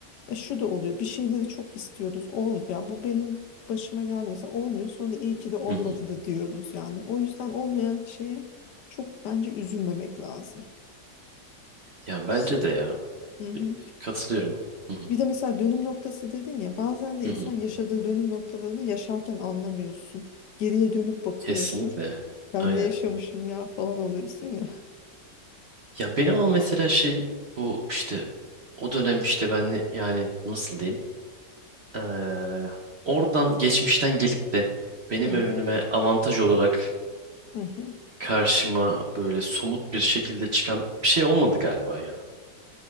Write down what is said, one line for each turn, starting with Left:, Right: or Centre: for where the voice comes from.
Left: E şu da oluyor. Bir şeyleri çok istiyoruz. Olmuyor. Yani bu benim başıma geldi mesela olmuyor. Sonra iyi ki de olmadı
Right: Hı hı. <laughs>
Left: da diyoruz yani. O yüzden olmayan şeyi çok bence üzülmemek lazım.
Right: Ya bence
Left: Şi-
Right: de ya.
Left: hı hı.
Right: Katılıyorum. Hı hı,
Left: Bir de mesela dönüm noktası dedin ya bazen de
Right: hı
Left: insan
Right: hı.
Left: yaşadığı dönüm noktalarını yaşarken anlamıyorsun. Geriye dönüp bakıyorsun.
Right: Kesinlikle.
Left: Ben
Right: Aynen.
Left: ne yaşamışım ya falan oluyorsun ya.
Right: Ya benim ama mesela şey bu işte o dönem işte ben yani nasıl diyeyim? Eee, oradan geçmişten gelip de benim
Left: Hı
Right: önüme avantaj olarak
Left: hı. hı.
Right: karşıma böyle somut bir şekilde çıkan bir şey olmadı galiba ya.